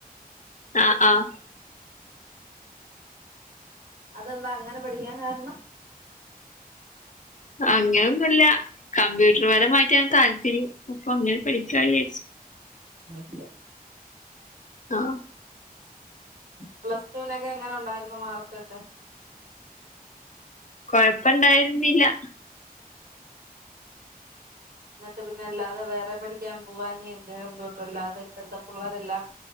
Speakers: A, on the left; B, on the right.
A: ആഹ് ആഹ്
B: അതെന്താ അങ്ങനെ പഠിക്കാൻ കാരണം
A: അങ്ങനെ ഒന്നുല്ല കമ്പ്യൂട്ടർപരമായിട്ടാണ് താല്പര്യം അപ്പൊ അങ്ങനെ പഠിക്കാ വിചാരിച്ചു
B: <unintelligible>
A: ആഹ്
B: പ്ലസ് ടു നൊക്കെ എങ്ങനെ ഉണ്ടായിരുന്നു മാർക്കൊക്കെ
A: കൊഴപ്പണ്ടായിരുന്നില്ല
B: എന്നിട്ട് പിന്നെ അല്ലാതെ വേറെ പഠിക്കാൻ പോവാഞ്ഞെ എന്ത് കമ്പ്യൂട്ടർ അല്ലാതെ ഇപ്പഴത്തെ പിള്ളേരെല്ലാം